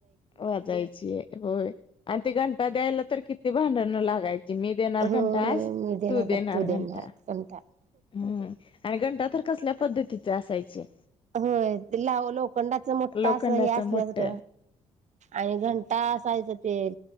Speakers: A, on the left (about 35°); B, on the right (about 50°).
A: वाजायची. होय. आणि ते घंटा द्यायला तर किती भांडण लागायची. मी देणार
B: होय
A: घंटा आज,
B: मी
A: तू
B: का
A: देणार घंटा.
B: देणार घंटा
A: हं, आणि घंटा तर कसल्या पद्धतीचे असायचे.
B: होय, ला लोखंडाच मोठा
A: लोखंडाच
B: अस हे असल्यागत.
A: मोठ
B: आणि घंटा असायच ते,